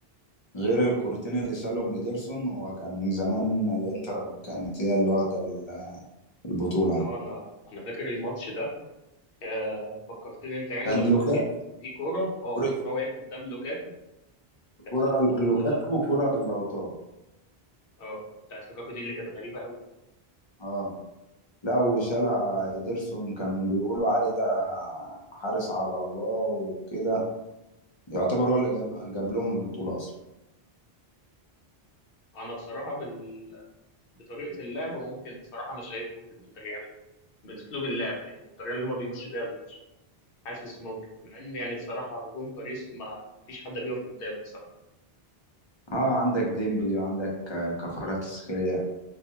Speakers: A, on the left; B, on the left.
A: غير الكورتين اللي شالهم ايدرسون هو كان زمان الانتر كانت هي اللي واخدة ال- البطولة يعني
B: اه انا انا فاكر الماتش ده آه فكرتني انت يعني
A: كان
B: لما
A: لوكاكو
B: حكيت في كورة اه
A: كرة
B: في كورة وقعت قدام لوكاكو كانت
A: كرة
B: في ال 18
A: لوكاكو وكرة لوتارو
B: اه بتاعت لوكاكو دي اللي كانت غريبه قوي
A: اه لا وشالها ايدرسون كان بيقولوا عليه ده حارس على الله وكده يعتبر هو اللي جاب جاب لهم البطولة اصلا
B: انا بصراحه بال... بطريقه اللعب ممكن بصراحه انا شايف ممكن الانتر يعمل باسلوب اللعب يعني الطريقه اللي هما بيمشوا بيها الماتش حاسس ممكن مع ان يعني بصراحه هجوم باريس ما مفيش حد بيقف قدامه بصراحه
A: اه عندك ديمبلي وعندك آه، كفاراتسخيليا